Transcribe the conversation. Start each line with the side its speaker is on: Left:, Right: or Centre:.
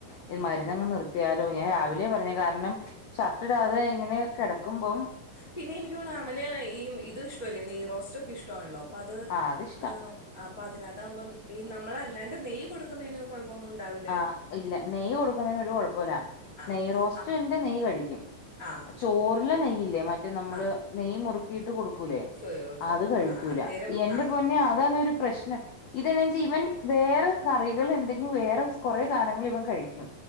Left: ഇത്
Right: ഉം.
Left: മരുന്നങ്ങ് നിർത്തിയാലോ ഞാൻ രാവിലെ പറഞ്ഞെ കാരണം ഷർട്ടിടാതെ എങ്ങനെ കെടെകുമ്പം
Right: പിന്നെ എനിക്ക് തോനാണു അവന് ഈമ് ഇത് ഇഷ്ടല്ലേ നെയ്റോസ്റ്റൊക്കെ ഇഷ്ടവണല്ലോ അപ്പൊ അത്
Left: ആഹ് അതിഷ്ടാ
Right: മം അപ്പാ അതിന്നതാവുമ്പം ഈ നമ്മളല്ലാണ്ട് നെയ്യ് കൊടുക്കുന്നതിന് കൊഴ ഒന്നുണ്ടാവില്ല
Left: ആഹ് ഇല്ല നെയ്യ് കൊടുകുന്നെന്നു ഒരു കൊഴപ്പോല്ല
Right: ആ
Left: നെയ്യ് റോസ്റ്റ്ന്റെ
Right: അപ്പ്-
Left: നെയ്യ് കഴിക്കും
Right: ആ
Left: ചോർലെ നെയ്യില്ലെ മറ്റേ നമ്മള്
Right: ആ
Left: നെയ്യ് മുറുക്കിയിട്ട് കൊടുക്കൂലേ
Right: ചോയോ ചോറ്
Left: അത്
Right: കൊടുക്കും
Left: കഴിക്കൂല,
Right: ആ അന്നേരം
Left: എന്റെ
Right: ആ
Left: പൊന്നെ അതാന്നെ ഒരു പ്രശ്നം ഇതെന്നച്ചാ ഇവൻ വേറെ കറികള് ണ്ടെങ്കി വേറെ- സ് കൊറേ സാനങ്ങൾ ഇവം കഴിക്ക്യും.